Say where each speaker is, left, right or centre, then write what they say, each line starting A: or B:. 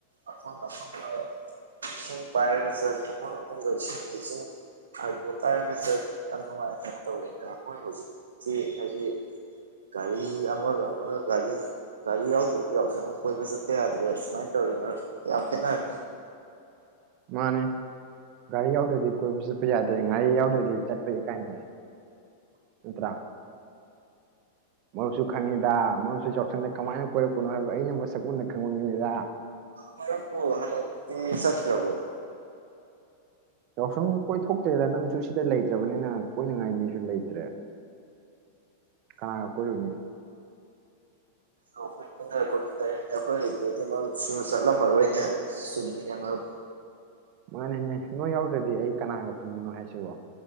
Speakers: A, on the right; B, on the right.
A: ꯑꯐꯪ ꯑꯐꯪꯕ ꯏꯁꯤꯡ ꯄꯥꯏꯔꯒ ꯆꯠ ꯑꯐꯣꯡ ꯑꯐꯪꯕ ꯏꯁꯤꯡ ꯏꯁꯤꯡ ꯑꯗꯨ ꯄꯥꯏꯔꯒ ꯆꯠ ꯌꯥꯝ ꯅꯨꯡꯉꯥꯏꯅ ꯇꯧꯋꯦꯗ ꯑꯃꯣꯏ ꯍꯧꯖꯤꯛꯇꯁꯤ ꯍꯥꯏꯗꯤ ꯒꯥꯔꯤ ꯑꯃꯒ ꯑꯃꯒ ꯒꯥꯔꯤ ꯒꯥꯔꯤ ꯌꯥꯎꯗ꯭ꯔꯗꯤ ꯌꯥꯎꯁꯪ ꯀꯣꯏꯕ ꯆꯠꯄ ꯌꯥꯗ꯭ꯔ ꯁꯨꯃꯥꯏꯅ ꯇꯧꯔꯤꯅ ꯌꯥꯝ ꯈꯦꯠꯅꯔꯅꯤ
B: ꯃꯥꯅꯦ ꯒꯥꯔꯤ ꯌꯥꯎꯗ꯭ꯔꯗꯤ ꯀꯣꯏꯕ ꯆꯠꯄ ꯌꯥꯗ꯭ꯔꯦ ꯉꯥꯔꯤ ꯌꯥꯎꯗ꯭ꯔꯗꯤ ꯆꯠꯄ ꯏ ꯀꯥꯏꯅꯔꯦ ꯅꯠꯇ꯭ꯔꯥ ꯃꯔꯨꯞꯁꯨ ꯈꯪꯉꯤꯗ ꯃꯔꯨꯞꯁꯨ ꯌꯥꯎꯁꯪꯗ ꯀꯃꯥꯏꯅ ꯀꯣꯏꯔꯛꯄꯅꯣ ꯍꯥꯏꯕ ꯑꯩꯅ ꯃꯁꯛ ꯃꯨꯟꯅ ꯈꯪꯕ ꯃꯤꯉꯤꯗ
A: <unintelligible> ꯍꯜꯗꯥꯛꯇꯤ ꯇ꯭ꯔꯕꯣ
B: ꯌꯥꯎꯁꯪ ꯀꯣꯏꯊꯣꯛꯇ꯭ꯔꯦꯗ ꯅꯪꯁꯨ ꯁꯤꯗ ꯂꯩꯇ꯭ꯔꯕꯅꯤꯅꯪ ꯀꯣꯏꯅꯤꯡꯉꯥꯏ ꯃꯤꯁꯨ ꯂꯩꯇ꯭ꯔꯦ ꯀꯥꯒ ꯀꯣꯏꯔꯨꯅꯤ
A: ꯑꯩꯈꯣꯏ ꯄꯨꯟꯅꯔꯃꯤꯟꯅꯅꯦ ꯑꯩꯈꯣꯏ ꯂꯩꯗꯨꯗꯤ ꯃꯔꯨꯞ ꯁꯨꯅ ꯆꯠꯂꯝꯃꯔꯣꯏꯅꯦ ꯆꯨꯝꯃꯤꯅꯦ ꯃꯔꯨꯞ
B: ꯃꯥꯅꯦꯅꯦ ꯅꯣꯏ ꯌꯥꯎꯗ꯭ꯔꯗꯤ ꯑꯩ ꯀꯅꯥꯒ ꯄꯨꯟꯕꯅꯣ ꯍꯥꯏꯁꯤꯕꯣ